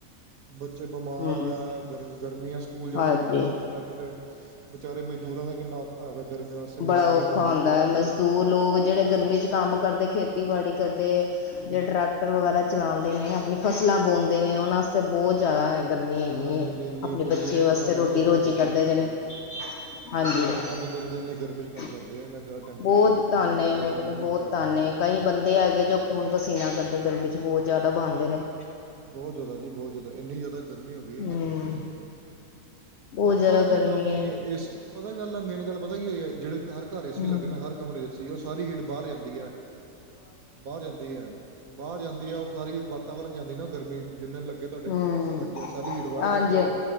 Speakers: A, on the right; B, on the left.
A: ਬੱਚੇ ਬਿਮਾਰ
B: ਹਮ
A: ਹੈ ਗਰਮ-ਗਰਮੀਆਂ ਸਕੂਲ ਸਕੂਲ ਜਾਣਾ
B: ਹਾਂਜੀ।
A: ਕਿੰਨਾ ਔਖਾ ਵਾ ਕਿਤੇ, ਵਿਚਾਰੇ ਮਜ਼ਦੂਰਾਂ ਦਾ ਕਿੰਨਾ ਔਖਾ। ਭਾਵੈ ਗਰਮੀਆਂ ਵਾਸਤੇ
B: ਬੜਾ
A: ਮਿਸਤਰੀਆਂ
B: ਔਖਾ
A: ਦਾ, ਮਜ਼ਦੂਰਾਂ
B: ਹੁੰਦਾ ਹੈ ਮਜ਼ਦੂਰ
A: ਦਾ।
B: ਲੋਕ ਜਿਹੜੇ ਗਰਮੀ ਚ ਕੰਮ ਕਰਦੇ ਖੇਤੀਬਾੜੀ ਕਰਦੇ, ਜਿਹੜੇ ਟਰੈਕਟਰ ਵਗੈਰਾ ਚਲਾਉਂਦੇ ਨੇ। ਫਸਲਾਂ ਬੋਂਦੇ ਨੇ ਉਹਨਾਂ ਵਾਸਤੇ ਬਹੁਤ ਜ਼ਿਆਦਾ ਹੈ। ਗਰਮੀ ਹੈਗੀ
A: ਹਾਂਜੀ
B: ਏ
A: ਹਾਂਜੀ ਲੇਬਰ
B: ਆਪਣੇ ਬੱਚੇ
A: ਲੇਬਰ ਕਲਾਸ
B: ਵਾਸਤੇ ਰੋਟੀ
A: ਬਹੁਤ
B: ਰੋਜ਼ੀ
A: ਜ਼ਿਆਦਾ
B: ਕਰਦੇ
A: ਔਖਾ
B: ਜਿਹੜੇ।
A: ਜੀ
B: ਹਾਂਜੀ।
A: ਬਾਕੀ ਧੰਨ ਆ ਬੰਦੇ ਜਿਹੜੇ ਇੰਨੇ ਗਰਮੀ 'ਚ ਕੰਮ ਕਰਦੇ ਆ ਇੰਨਾ ਜ਼ਿਆਦਾ ਟੈਂਪਰੇਚਰ
B: ਬਹੁਤ
A: 'ਚ ਕੰਮ
B: ਧੰਨ
A: ਕਰਦੇ
B: ਏ
A: ਪੂਰਾ
B: ਮੈਂ
A: ਦਿਨ
B: ਕਹਿੰਦੀ
A: ਮਿਹਨਤ
B: ਬਹੁਤ
A: ਕਰਦੇ
B: ਧੰਨ ਹੈ। ਕਈ ਬੰਦੇ ਹੈਗੇ ਜੋ ਖੂਨ ਪਸੀਨਾ ਕਰਦੇ ਗਰਮੀ ਚ ਬਹੁਤ ਜ਼ਿਆਦਾ ਬਹਾਂਦੇ। ਨੇ
A: ਬਹੁਤ ਜ਼ਿਆਦਾ ਜੀ, ਬਹੁਤ ਜ਼ਿਆਦਾ ਇੰਨੀ ਜ਼ਿਆਦਾ ਗਰਮੀ ਹੋ ਗਈ ਹੈ ਕਿ
B: ਹਮ
A: ਪੁੱਛੋ ਨਾ ਤੁਸੀਂ।
B: ਬਹੁਤ
A: ਹਰ
B: ਜ਼ਿਆਦਾ
A: ਸਾਲ ਦੀ
B: ਗਰਮੀ
A: ਕੰਮ ਇਹ ਹੈ ਇਸ ਪਤਾ ਗੱਲ ਹੈ ਮੇਨ ਗੱਲ ਪਤਾ ਕੀ ਹੋਈ ਹੈ ਜਿਹੜੇ। ਘਰ ਘਰ ਏਸੀ
B: ਹਮ
A: ਲੱਗਣਾ ਹਰ ਕਮਰੇ ਚ ਏ ਸੀ ਉਹ ਸਾਰੀ ਹੀਟ ਬਾਹਰ ਜਾਂਦੀ ਹੈ, ਬਾਹਰ ਜਾਂਦੀ ਹੈ। ਬਾਹਰ ਜਾਂਦੀ ਆ ਉਹ ਸਾਰੀ ਵਾਤਾਵਰਨ ਚ ਜਾਂਦੀ ਨਾ ਗਰਮੀ। ਜਿੰਨੇ ਲੱਗੇ ਤੁਹਾਡੇ
B: ਹਮ
A: ਕੰਪਰੈਸਰ ਲੱਗੇ ਆ ਸਾਰੀ ਹੀਟ ਬਾਹਰ
B: ਹਾਂਜੀ
A: ਕੱਢਦੇ
B: ਹਾਂਜੀ
A: ਆ।